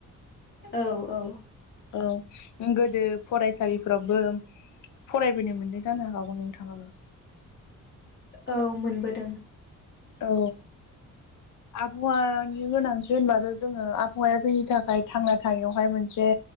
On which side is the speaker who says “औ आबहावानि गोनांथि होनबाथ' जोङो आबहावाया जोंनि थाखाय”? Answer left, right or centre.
Left